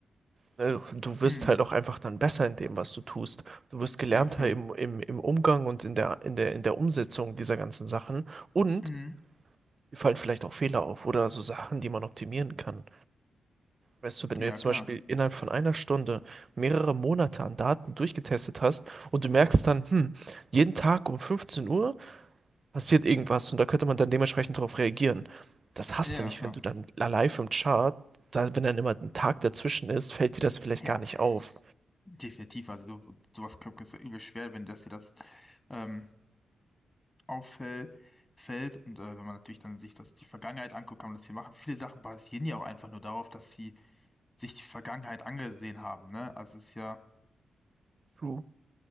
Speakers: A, on the right; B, on the left.
A: Äh, Du wirst
B: Mhm.
A: halt auch einfach dann besser in dem, was du tust. Du wirst gelernter
B: Ja, safe.
A: im, im, im Umgang und in der, in der, in der Umsetzung dieser ganzen Sachen. Und
B: Mhm.
A: Mir fallen vielleicht auch Fehler auf oder so Sachen, die man optimieren kann. Weißt du, wenn
B: Ja,
A: du jetzt
B: klar.
A: zum Beispiel innerhalb von einer Stunde mehrere Monate an Daten durchgetestet hast und du merkst dann, hm, jeden Tag um 15 Uhr passiert irgendwas und da könnte man dann dementsprechend darauf reagieren. Das
B: Ja,
A: hast du
B: ja,
A: nicht,
B: klar.
A: wenn du dann live im Chart, da, wenn dann immer ein Tag dazwischen ist, fällt dir das vielleicht
B: Ja,
A: gar nicht auf.
B: Definitiv, also du, sowas k- ist ja übel schwer, wenn das dir das ähm, auffällt fällt und äh, wenn man natürlich dann sich das die Vergangenheit anguckt, kann man das hier machen. Viele Sachen basieren ja auch einfach nur darauf, dass sie sich die Vergangenheit angesehen haben, ne? Also es ist ja
A: True.